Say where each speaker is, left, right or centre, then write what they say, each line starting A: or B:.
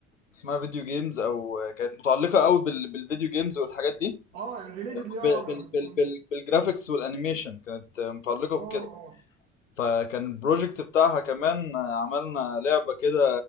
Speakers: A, on the left; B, on the right.
A: اسمها فيديو جيمز او كانت متعلقه قوي بال- بالفيديو جيمز والحاجات دي
B: اه ريليتد ليه اه
A: بال- بال-
B: من-
A: بال-
B: من-
A: بال- بالجرافيكس والانيميشن كانت متعلقه
B: اه
A: بكده
B: اه
A: فكان البروجكت بتاعها كمان عملنا لعبه كده